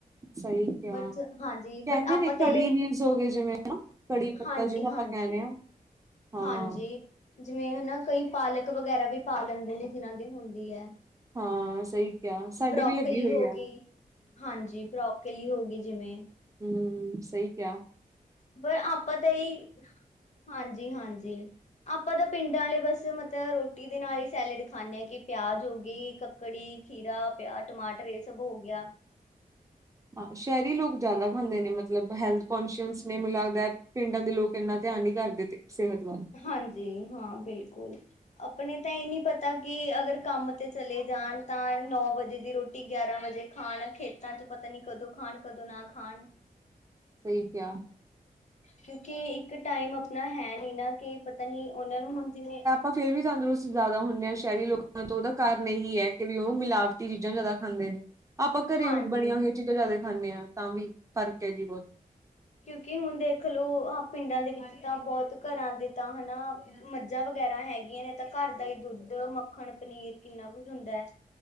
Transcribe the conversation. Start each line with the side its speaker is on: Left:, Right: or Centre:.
Right: ਸਹੀ ਕਿਹਾ
Left: ਬਟ ਹਾਂਜੀ
Right: ਕਹਿੰਦੇ
Left: ਬਟ ਆਪਾਂ
Right: ਨੇ ਕੜੀ
Left: ਤੇ
Right: ਲੀਵਸ ਹੋ ਗਏ ਜਿਵੇਂ ਕੜੀ ਪੱਤਾ
Left: ਹਾਂਜੀ-
Right: ਜਿਹਨੂੰ ਆਪਾਂ
Left: ਹਾਂਜੀ,
Right: ਕਹਿੰਦੇ ਹਾਂ ਹਾਂ
Left: ਹਾਂਜੀ ਜਿਵੇਂ ਹਨਾ ਕਈ ਪਾਲਕ ਵਗੈਰਾ ਵੀ ਪਾ ਲੈਂਦੇ ਨੇ ਜਿਹਨਾਂ ਦੀ ਹੁੰਦੀ ਐ।
Right: ਹਾਂ ਸਹੀ ਕਿਹਾ ਸਾਡੇ
Left: ਬਰੋਕਲੀ
Right: ਵੀ ਲੱਗੀ ਹੋਈ
Left: ਹੋ
Right: ਹੈ
Left: ਗਈ ਹਾਂਜੀ ਬਰੋ ਕਲੀ ਹੋ ਗਈ ਜਿਵੇਂ
Right: ਹੂੰਮ ਸਈ ਕਿਆ।
Left: ਪਰ ਆਪਾਂ ਤਾਂ ਈ ਹਾਂਜੀ- ਹਾਂਜੀ। ਆਪਾਂ ਤਾਂ ਪਿੰਡਾਂ ਵਾਲੇ ਬਸ ਮਤਲਬ ਰੋਟੀ ਦੇ ਨਾਲ ਈ ਸੈਲਡ ਖਾਂਦੇ ਆ ਕਿ ਪਿਆਜ ਹੋ ਗਈ ਕ ਕੜੀ ਖੀਰਾ ਪਿਆਜ ਟਮਾਟਰ ਇਹ ਸਭ ਹੋ ਗਿਆ
Right: ਹਾਂ ਛੈਹਿਰੀ ਲੋਕ ਜਿਆਦਾ ਖਾਂਦੇ ਨੇ ਮਤਲਬ ਹੈਲਥ ਕੋਨਸ਼ੀਅਸ ਨੇ ਮੈਨੂੰ ਲੱਗਦਾ ਪਿੰਡਾਂ ਦੇ ਲੋਕ ਇੰਨਾ ਧਿਆਨ ਨੀ ਕਰਦੇ। ਤੇ ਸਿਹਤ ਵਲ
Left: ਹਾਂਜੀ ਹਾਂ ਬਿਲਕੁਲ। ਆਪਣੇ ਤਾਂ ਏ ਨੀ ਪਤਾਂ ਕਿ ਅਗਰ ਕੰਮ ਤੇ ਚਲੇਂ ਜਾਂਣ ਤਾਂ, ਨੌ ਵਜੇ ਦੀ ਰੋਟੀ ਗਿਆਰਾਂ ਵਜੇ ਖ਼ਾਣ ਖੇਤਾਂ ਚ ਪਤਾਂ ਨੀਂ ਕਦੋਂ ਖ਼ਾਣ ਕਦੋਂ ਨਾ ਖਾਣ।
Right: ਸਹੀ ਕਿਆ।
Left: ਕਿਉਂਕਿ ਇੱਕ ਟਾਇਮ ਆਪਣਾਂ ਹੈ ਨੀ ਨਾ ਕੀ ਪਤਾਂ ਨੀ ਓਨਾਂ ਨੂੰ ਹੁਣ ਜਿਵੇਂ
Right: ਓ ਫੇਰ ਵੀ ਤੰਦਰੁਸਤ ਜ਼ਿਆਦਾ ਹੁੰਨੇ ਆ ਸਹਿਰੀ ਲੋਕਾਂ ਤੋਂ, ਓਦਾ ਕਾਰਨ ਏਹੀ ਆ ਕਿ ਵੀ ਓ ਮਿਲਾ ਵਟੀ ਚੀਜ਼ਾਂ ਜਾਦਾ ਖਾਂਦੇ ਨੇ, ਆਪਾਂ ਘਰੇ
Left: ਹਾਂਜੀ
Right: ਬਣੀਆਂ ਹੋਈਆਂ ਚੀਜ਼ਾਂ ਜਾਦਾ ਖਾਂਨੇ ਆ, ਤਾਂ ਵੀ ਫਰਕ ਹੈ ਜੀ ਬਹੁਤ।
Left: ਕਿਉਕਿ ਹੁਣ ਦੇਖਲੋ ਆ ਪਿੰਡਾਂ ਦੇ ਵਿੱਚ ਤਾਂ ਬਹੁਤ ਘਰਾਂ ਦੇ ਤਾਂ ਹਨਾ ਮੱਝਾਂ ਵਗੈਰਾ ਹੈਗੀਆਂ ਨੇ ਤਾਂ ਘਰ ਦਾ ਹੀ ਦੁੱਧ, ਮੱਖਣ, ਪਨੀਰ, ਕਿੰਨਾ ਕੱਛ ਹੁੰਦਾ ਐ।